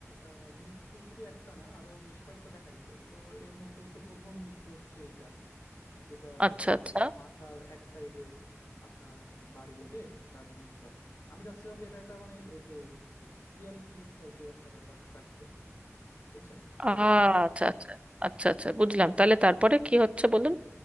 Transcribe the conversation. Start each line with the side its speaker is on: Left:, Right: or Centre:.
Left: আহ, মৃত্যু শুধু একটা না আরো বেশ কয়েকটা দেখাইতে তো এর মধ্যে হচ্ছে প্রথম মৃত্যু হচ্ছে এইটা যেটার
Right: আচ্ছা
Left: আহ,
Right: আচ্ছা
Left: মাথার এক সাইডে আপনার বাড়ি লেগে তার মৃত্যু আর কি আমি চাচ্ছিলাম যে এটা একটা মানে এই যে সিরিয়াল কিলিং টাইপের একটা ব্যাপার রাখতে বুঝছেন
Right: আচ্ছা
Left: এই গল্পটাতে
Right: আচ্ছা আচ্ছা আচ্ছা বুঝলাম তাহলে তারপরে কি হচ্ছে বলুন